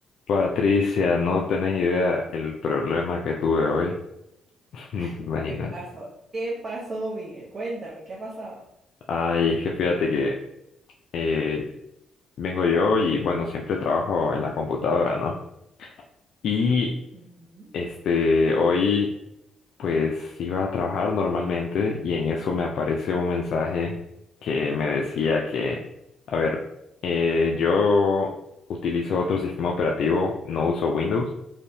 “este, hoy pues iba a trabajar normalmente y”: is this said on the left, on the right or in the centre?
Left